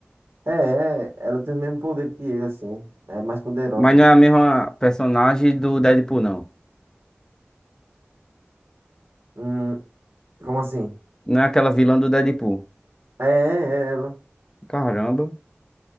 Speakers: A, on the right (about 75°); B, on the left (about 15°).
A: É, é, ela tem o mesmo poder que ele, assim. É mais poderosa.
B: Mas não é a mesma personagem do Deadpool, não.
A: Hum, como assim?
B: Não é aquela vilã do Deadpool.
A: É, é, é ela.
B: Caramba.